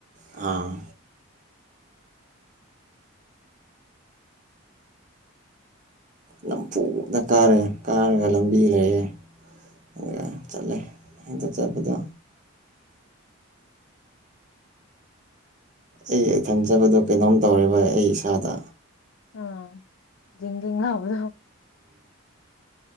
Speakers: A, on the right; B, on the left.
A: ꯑꯥ ꯅꯝꯐꯨꯗ ꯀꯥꯔꯦ ꯀꯥꯔꯒ ꯂꯝꯕꯤ ꯂꯩꯑꯦ ꯎꯟ ꯆꯠꯂꯦ ꯑꯗꯨ ꯆꯠꯄꯗꯣ ꯑꯩ ꯏꯊꯟ ꯆꯇꯄꯗꯣ ꯀꯩꯅꯣꯝ ꯇꯧꯔꯦꯕ ꯑꯩ ꯏꯁꯥꯗ
B: ꯑ ꯗꯤꯪ ꯗꯤꯡ ꯂꯥꯑꯣꯕꯗꯣ